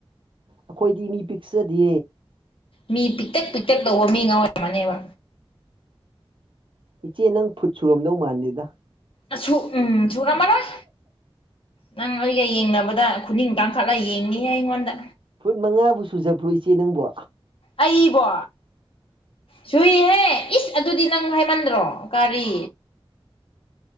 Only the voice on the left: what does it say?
ꯃꯤ ꯄꯤꯛꯇꯛ ꯄꯤꯛꯇꯛ ꯇꯧꯕ ꯃꯤ ꯉꯥ <unintelligible> ꯑꯣꯏꯔꯝꯃꯅꯦꯕ
ꯑꯁꯨ ꯎꯝ ꯁꯨꯔꯝꯃꯔꯣꯏ ꯅꯪ ꯑꯩꯒ ꯌꯦꯡꯅꯕꯗ ꯈꯨꯅꯤꯡ ꯇꯥꯡꯈꯠꯂꯒ ꯌꯦꯡꯅꯤꯍꯦ ꯑꯩꯉꯣꯟꯗ
ꯑꯩꯕꯣ ꯁꯨꯏꯍꯦ ꯏꯁ ꯑꯗꯨꯗꯤ ꯅꯪ ꯍꯥꯏꯃꯟꯗ꯭ꯔꯣ ꯀꯥꯔꯤ